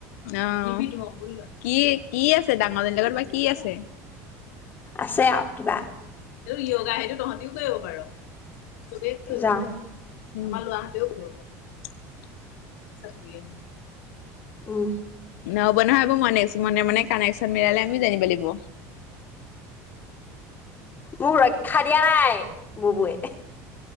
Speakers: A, on the left; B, on the left.
A: অ', কি, কি আছে দাক <unintelligible> বা কি আছে?
B: আছে আৰু কিবা
A: <unintelligible> য়োগা সেইটো তহঁতিও কৰিব পাৰ। চবেই কৰিব
B: যাওঁ
A: পাৰে। আমাৰ লৱাহঁতেও কৰিব পাৰে। <unintelligible>
B: উম।
A: নহ'ব ন সেইবোৰ, মই <unintelligible> মনে মনে কানেকন মিললে আমিও জানিব লাগিব।
B: মোক ৰক্ষা দিয়া নাই, বুবুৱে।